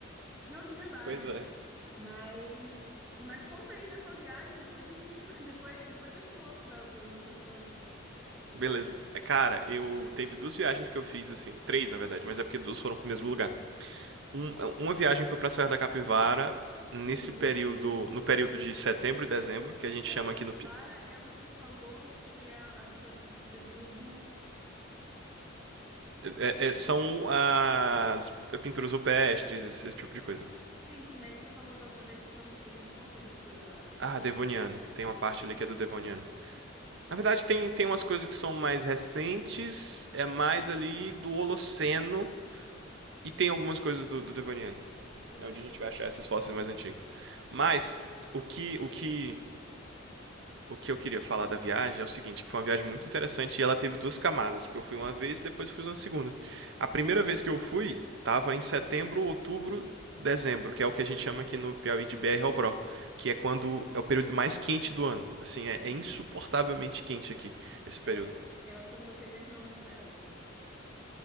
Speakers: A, on the right; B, on the right.
A: Não de verdade,
B: Pois é.
A: mas, mas conta aí da tua viagem, depois a gente, con- <laughs> depois, depois eu te conto da- das outras coisas.
B: Beleza. É, Cara, eu. Teve duas viagens que eu fiz, assim. Três, na verdade, mas é porque duas foram pro mesmo lugar. Um- uma viagem foi pra Serra da Capivara. Nesse
A: Uhum.
B: período. No período de setembro e dezembro, que a
A: A
B: gente
A: Serra
B: chama
A: da Capivara
B: aqui no.
A: é onde você falou que é as coisas do período.
B: é- é- são as pinturas rupestres, esse tipo de coisa.
A: Sim, sim, mas você falou da outra vez que são do período. Qual período da... que são
B: Ah, Devoniano.
A: mais importantes?
B: Tem
A: Devoniano.
B: uma parte ali que é do
A: Ok.
B: Devoniano. Na verdade, tem, tem umas coisas que são mais recentes, é mais ali do Holoceno, e tem algumas coisas do, do Devoniano.
A: Ok,
B: É onde a gente
A: ok.
B: vai achar esses fósseis mais antigos. Mas, o que, o que o que eu queria falar da viagem é o seguinte, que foi uma viagem muito interessante e ela teve duas camadas, porque eu fui uma vez e depois fui uma segunda. A primeira vez que eu fui estava em setembro, outubro, dezembro, que é o que a gente chama aqui no Piauí de BR ao Bro, que é quando é o período mais quente do ano. Assim, é, é insuportavelmente quente aqui esse
A: É,
B: período.
A: é quando vocês entram no inferno.